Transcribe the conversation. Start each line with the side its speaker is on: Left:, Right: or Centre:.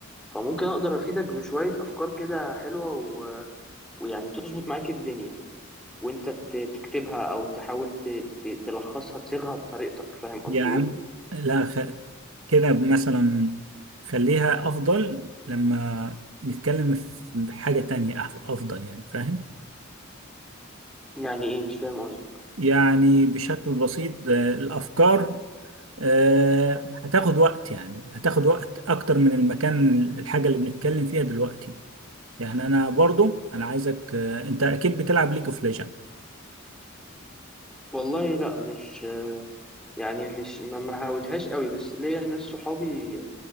Centre: فممكن أقدر أفيدك بشوية أفكار كده حلوة و... ويعني تظبط معاك الدنيا وانت ت- تكتبها او تحاول ت- ت- تلخصها تصيغها بطريقتك فاهم قصدي
Right: يا عم
Centre: ايه
Right: لا خ... كده مثلا خليها أفضل لما نتكلم في حاجة تانية أف- أفضل يعني فاهم
Centre: يعني ايه مش فاهم قصدك
Right: يعني بشكل بسيط آه، الأفكار آه، هتاخد وقت يعني هتاخد وقت أكتر من المكان الحاجة اللي بنتكلم فيها دلوقتي يعني أنا برضو أنا عايزك آه، أنت أكيد بتلعب ليج اوف ليجند
Centre: والله لا مش يعني مش ما ما هاوتهاش قوي بس ليا ناس صحابي